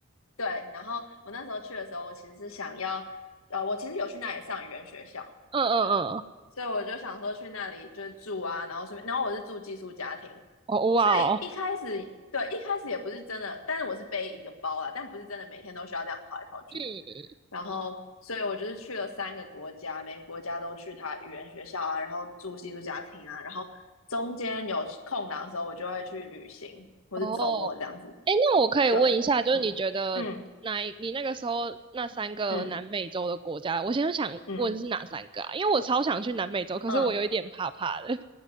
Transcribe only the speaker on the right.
嗯嗯嗯，
哦哇哦，
嗯
哦，哎，那我可以问一下，
就是你觉得哪一你那个时候那三个南美洲的国家，
我现在想问是哪三个啊？
因为我超想去南美洲，可是我有一点怕怕的。